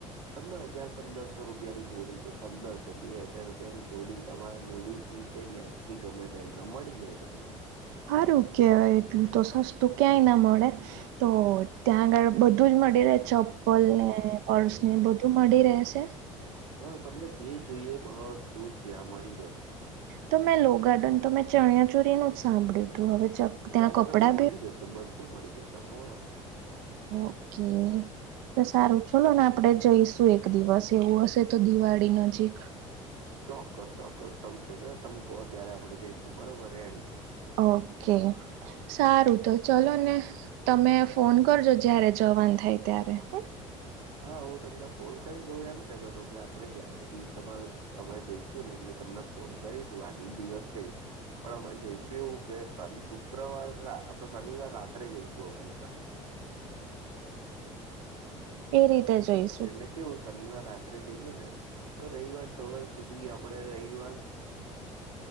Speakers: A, on the right; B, on the right.
A: તમને હજાર પંદરસો રૂપિયાની જોડી તો પંદરસો બે હજાર રૂપિયાની જોડી તમારા લેડીઝ ની. એ જે ગમે ત્યારે મળી જાય તમને.
B: સારું કેહેવાય એટલું તો સસ્તું ક્યાંય ના મળે. તો ત્યાં આગળ બધું જ મળી રહે ચપ્પલ ને પર્સ ને બધું મળી રહે છે?
A: હા તમને જે જોઈએ એ બધું ત્યાં મળી રહેશે.
B: તો મેં લો ગાર્ડન તો મેં ચણિયા ચોરીનું જ સાંભળ્યું હતું હવે
A: ના
B: ત્યાં
A: ના
B: કપડાં
A: તમને મળી
B: બી
A: જશે બધું મળી જશે હા.
B: ઓકે. તો સારું ચલો ને આપડે જઈશું એક દિવસ એવું હશે તો દિવાળી નજીક
A: ચોક્કસ ચોક્કસ તમે કેજો ને તમે કહો ત્યારે આપડે જઈશું બરોબર રેડી.
B: ઓકે. સારું તો ચલો ને, તમે ફોન કરજો જ્યારે જવાનું થાય ત્યારે. હો.
A: હા હું તમને ફોન કરીશ ને હું એમ કેતો હતો કે આપડે જ્યારે બી તમારે અમે જઈશું ને એટલે તમને ફોન કરીશું આગલી દિવસ કહીશ. પણ અમે જઈશું એવું કે શની શુક્રવાર આપડે શનિવાર રાત્રે જઈશું અમે લોકો.
B: એ રીતે જઈશ.
A: એટલે કેવું શનિવાર રાત્રે જઈએ ને, તો રવિવાર સવાર સુધી આપડે રવિવાર